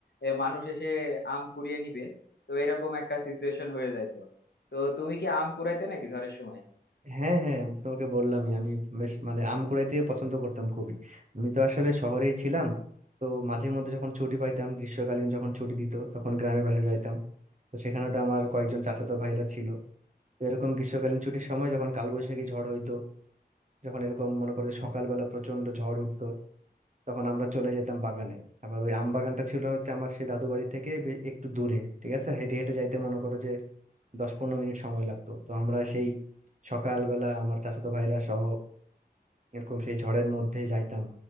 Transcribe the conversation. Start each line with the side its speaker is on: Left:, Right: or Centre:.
Left: এ, মানুষ এসে আম কুড়িয়ে নিবে তো এরকম একটা সিচুয়েশন হয়ে যাইতো তো তুমি কি আম কুড়াইতে নাকি ঝড়ের সময়
Right: হ্যাঁ হ্যাঁ আমি তো তোমাকে বললামই আমি বেশ মানে আম কুড়াইতে পছন্দ করতাম খুবই আমি তো আসলে শহরেই ছিলাম তো মাঝে মধ্যে যখন ছুটি পাইতাম গ্রীষ্মকালীন যখন ছুটি দিত তখন গ্রামের বাসা যাইতাম তো সেখানে তো আমার কয়েকজন চাচাতো ভাইরা ছিল তো এরকম গ্রীষ্মকালীন ছুটির সময় যখন কালবৈশাখী ঝড় হইতো যখন এরকম মনে করে যে সকালবেলা প্রচন্ড ঝড় উঠতো তখন আমরা চলে যেতাম বাগানে আবার ওই আম বাগানটা ছিল হচ্ছে আমার সেই দাদু বাড়ি থেকে বে- একটু দূরে ঠিক আছে হেঁটে হেঁটে যাইতে মনে করো যে দশ পনেরো মিনিট সময় লাগতো তো আমরা সেই সকালবেলা আমার চাচাতো ভাইরা সহ এরকম সেই ঝড়ের মধ্যে যাইতাম